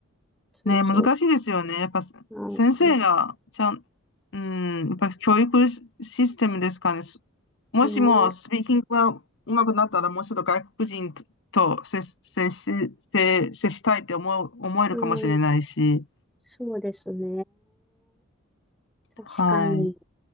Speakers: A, in the centre; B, on the left.
A: そうそ
B: ね、難しいですよね。やっぱ先生がちゃん、
A: う。あ、
B: うん、やっぱ教育システムですかね。もしもスピーキングが上手くなったら、
A: ね、
B: もうちょっと外国人と接、接し、接、接したいって思う、思えるかもしれないし。
A: うん、そうですね。確かに。
B: はい。
A: い